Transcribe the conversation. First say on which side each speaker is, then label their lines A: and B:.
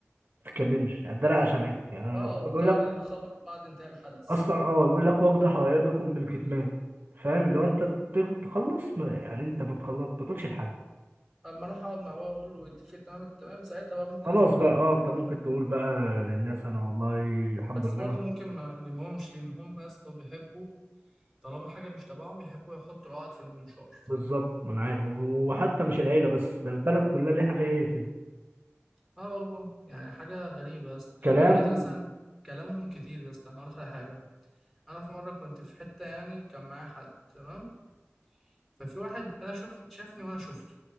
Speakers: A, on the right; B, in the centre.
A: تتكلمش يعني تداري على شمعتك يعني الرسول
B: أه
A: بيقول
B: تعلن
A: لك
B: الخبر بعد انتهاء الحدث
A: اصلا اه بيقول لك واقضوا حوائجكم بالكتمان فاهم اللي هو انت تخ- تخلص ما يعني انت ما تخلص ما تقولش لحد
B: أما أروح أقعد مع بابا أقول له اتفق تمام التمام ساعتها بقى ممكن
A: خلاص
B: أفكر
A: بقى
B: أبقى
A: اه
B: أقول
A: انت
B: له
A: ممكن تقول بقى للناس انا والله الحمد
B: بس
A: لله
B: برضه
A: انا
B: ممكن ما أجيبهمش لأن هم يا اسطى بيحبوا طالما حاجة مش تبعهم يحبوا يحطوا العقد في المنشار
A: بالظبط ما انا عارف وحتى مش العيله بس ده البلد كلها اللي احنا فيها هي كده
B: اه والله يعني حاجة غريبة يا اسطى
A: كلام
B: دلوقتي مثلا كلامهم كتير يا اسطى انا هقول لك على حاجة انا في مرة كنت في حتة يعني وكان معايا حد تمام ففي واحد انا شوف شافني وانا شفته